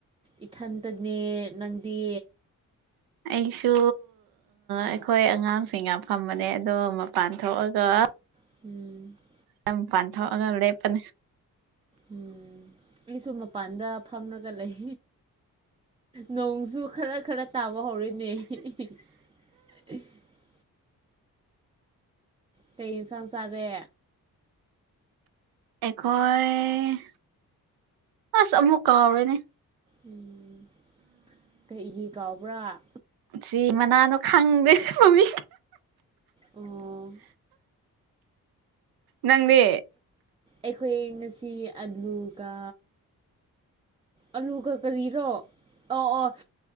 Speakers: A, on the right (about 15°); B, on the right (about 80°).
A: ꯏꯊꯟꯇꯅꯦ ꯅꯪꯗꯤ
B: ꯑꯩꯁꯨ ꯑꯩꯈꯣꯏ ꯑꯉꯥꯡꯁꯤꯡꯅ ꯐꯝꯕꯅꯦ ꯑꯗꯣ ꯃꯄꯥꯟ ꯊꯣꯛ ꯑꯒꯥ
A: <inaudible>
B: ꯃꯄꯥꯜ ꯊꯣꯑꯥꯒꯥ ꯂꯧꯞ ꯄꯥꯅꯦ
A: ꯎꯝ ꯑꯩꯁꯨ ꯃꯄꯥꯟꯗ ꯐꯝꯃꯒꯥ ꯂꯩ ꯅꯣꯡꯖꯨ ꯈꯔ ꯈꯔ ꯇꯥꯕ ꯍꯧꯔꯛ <unintelligible> ꯀꯩ ꯌꯦꯟꯁꯪ ꯆꯥꯔꯦ
B: ꯑꯦꯈꯣꯏ ꯑꯁꯥ ꯑꯃꯨꯛ ꯀꯥꯎꯔꯩꯅꯦ
A: ꯎꯝ ꯀꯩꯔꯤꯒꯦ ꯀꯥꯎꯕ꯭ꯔꯥ
B: ꯀꯔꯤ ꯃꯅꯥꯅꯣ ꯈꯪꯗꯦ ꯃꯥꯃꯤ
A: ꯑꯣ
B: ꯅꯪꯗꯤ
A: ꯑꯩꯈꯣꯏ ꯉꯁꯤ ꯑꯥꯂꯨꯚꯥ ꯑꯂꯨꯒ ꯀꯔꯤꯔꯣ ꯑꯪ ꯑꯪ